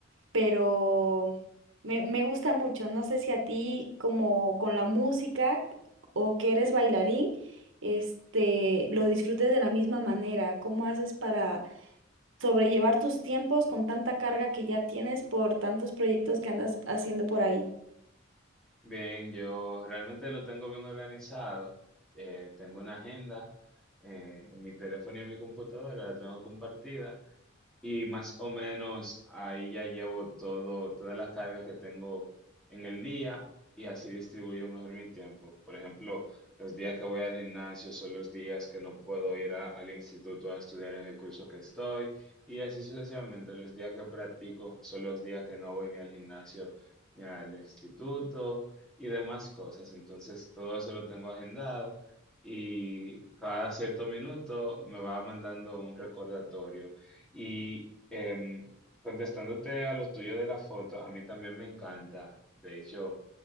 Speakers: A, on the right; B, in the centre.
A: pero me, me gusta mucho. No sé si a ti, como con la música o que eres bailarín, este, lo disfrutes de la misma manera. ¿Cómo haces para sobrellevar tus tiempos con tanta carga que ya tienes por tantos proyectos que andas haciendo por ahí?
B: Bien, yo realmente lo tengo bien organizado. eh, tengo una agenda eh, en mi teléfono y en mi computadora, la tengo compartida Y más o menos ahí ya llevo todo, todas las cargas que tengo en el día y así distribuyo mejor mi tiempo. Por ejemplo, los días que voy al gimnasio son los días que no puedo ir a- al instituto a estudiar en el curso que estoy y así sucesivamente. Los días que practico son los días que no voy ni al gimnasio ni al instituto y demás cosas. Entonces, todo eso lo tengo agendado y cada cierto minuto me va mandando un recordatorio. Y em, contestándote a lo tuyo de la foto, a mí también me encanta. De hecho,